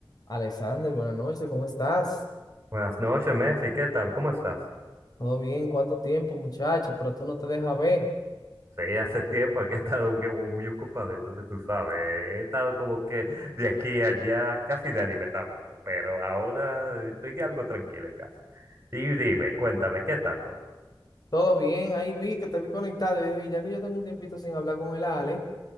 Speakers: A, on the left (about 50°); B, on the right (about 30°).
A: Alexander, buenas noches, ¿cómo estás?
B: Buenas noches, Mefi, ¿qué tal? ¿Cómo estás?
A: ¿Todo bien? ¿Cuánto tiempo, muchacho? Pero tú no te dejas ver.
B: Sí, hace tiempo que he estado que muy ocupado, entonces tú sabes, he estado como que de aquí a allá casi nadie me está viendo, pero ahora estoy algo tranquilo en casa. Y dime, cuéntame, ¿qué tal todo?
A: Todo bien, ahí vi que te vi conectado y dije, ya que yo tengo un tiempito sin hablar con el Ale,